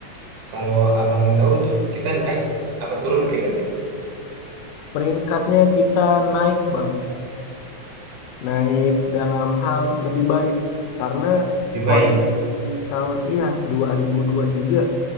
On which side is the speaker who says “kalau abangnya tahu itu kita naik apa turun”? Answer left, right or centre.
Right